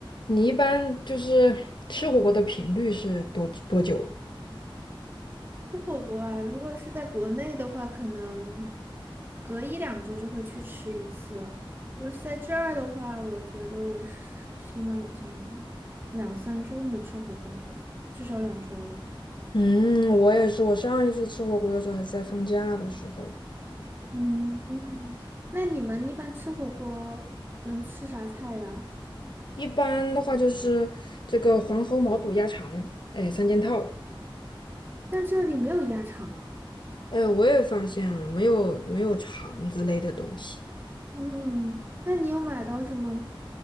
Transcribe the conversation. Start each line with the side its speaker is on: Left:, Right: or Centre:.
Left: 你一般就是吃火锅的频率是多多久？
Right: 吃火锅啊，如果是在国内的话，可能隔一两周就会去吃一次。如果是在这儿的话，我觉得我是起码已经有两三周没吃火锅了吧，至少两周了。
Left: 嗯，我也是。我上一次吃火锅的时候还是在放假的时候。
Right: 嗯，那你们一般吃火锅能吃啥菜呀？
Left: 一般的话就是这个黄喉毛肚鸭肠，哎，三件套。
Right: 但这里没有鸭肠啊。
Left: 哎，我也发现了，没有没有肠之类的东西。
Right: 嗯，那你有买到什么